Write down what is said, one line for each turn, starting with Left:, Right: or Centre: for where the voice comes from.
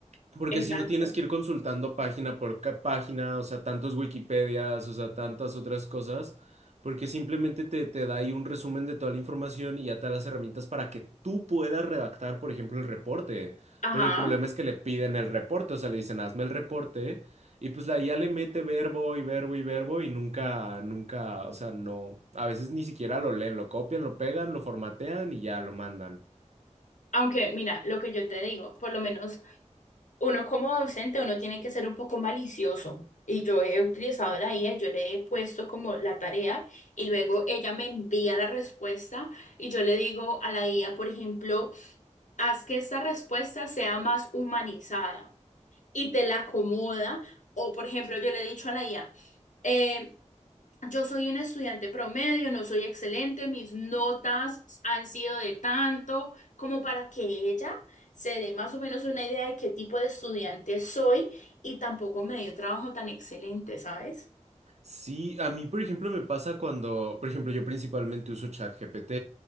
Right: porque
Left: Exacto.
Right: si no tienes que ir consultando página por ca- página, o sea, tantos Wikipedias, o sea, tantas otras cosas, porque simplemente te, te da ahí un resumen de toda la información y ya te da las herramientas para que tú puedas redactar, por ejemplo, el reporte.
Left: Ajá.
Right: Pero el problema es que le piden el reporte, o sea, le dicen, hazme el reporte, y pues la IA le mete verbo y verbo y verbo y nunca, nunca, o sea, no, a veces ni siquiera lo leen, lo copian, lo pegan, lo formatean y ya lo mandan.
Left: Aunque mira, lo que yo te digo, por lo menos uno como docente, uno tiene que ser un poco malicioso. Y yo he utilizado la IA, y yo le he puesto como la tarea y luego ella me envía la respuesta y yo le digo a la IA, por ejemplo, haz que esta respuesta sea más humanizada. y te la acomoda. O, por ejemplo, yo le he dicho a la IA, eh, yo soy un estudiante promedio, no soy excelente, mis notas han sido de tanto, como para que ella se dé más o menos una idea de qué tipo de estudiante soy y tampoco me dio un trabajo tan excelente, ¿sabes?
Right: Sí, a mí, por ejemplo, me pasa cuando, por ejemplo, yo principalmente uso ChatGPT